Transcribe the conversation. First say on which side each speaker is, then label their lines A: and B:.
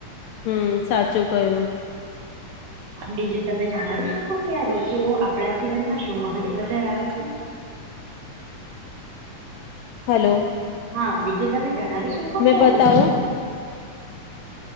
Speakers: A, on the left; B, on the right.
A: હમ સાચું કયું.
B: બીજું તમે જણાવી શકો કે આ ઋતુઓ આપણા જીવનમાં શું મહત્વ ધરાવે છે.
A: હલો.
B: હા બીજું તમે જણાવી શકો કારું.
A: બતાવો